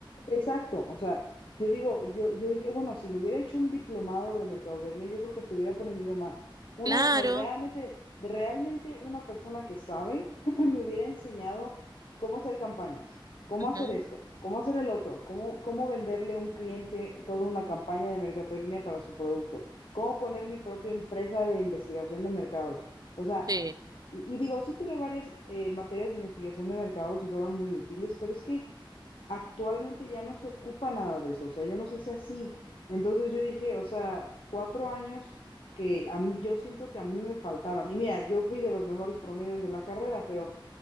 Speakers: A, on the left; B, on the right.
A: Exacto, o sea, yo digo, yo, yo dije, bueno, si me hubiera hecho un diplomado de mercadotecnia, yo creo que estuviera aprendido más. Uno
B: Claro,
A: donde realmente, de- realmente una persona que sabe <clears throat> me hubiera enseñado cómo hacer campañas, cómo
B: ujú,
A: hacer esto, cómo hacer el otro, cómo, cómo venderle a un cliente toda una campaña de mercadotecnia para su producto, cómo poner mi propia empresa de investigación de mercados. O sea,
B: Sí,
A: y, y digo, sí tuve varias eh, materias de investigación de mercados y fueron muy útiles, pero es que actualmente ya no se ocupa nada de eso, o sea, ya no se hace así. Entonces yo dije, o sea, cuatro años que a mí- yo siento que a mí me faltaron. Y mira, yo fui de los mejores promedios de la carrera, pero